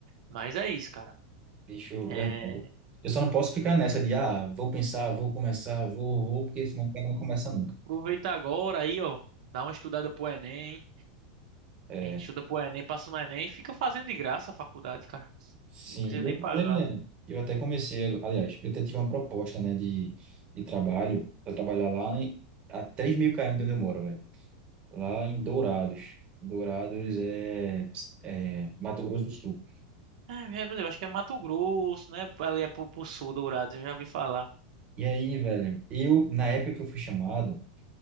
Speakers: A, on the right (about 70°); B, on the right (about 30°).
A: Mas é isso, cara.
B: bicho,
A: É,
B: verdade. Eu só não posso ficar nessa de, ah, vou pensar, vou começar, vou, vou, porque senão o cara não começa nunca.
A: aproveita agora aí, ó. Dá uma estudada pro Enem.
B: É.
A: Aí estuda pro Enem, passa no Enem e fica fazendo de graça a faculdade, cara.
B: Sim,
A: Não precisa
B: eu,
A: nem pagar.
B: é, eu até comecei, aliás, eu até tive uma proposta, né, de, de trabalho, para trabalhar lá em, a três mil km de onde eu moro, velho, lá em Dourados. Dourados é, é Mato Grosso do Sul.
A: É, é, Brasil, acho que é Mato Grosso, né? Ali é pro, pro sul, Dourados, eu já vi falar.
B: E aí, velho, eu, na época que eu fui chamado,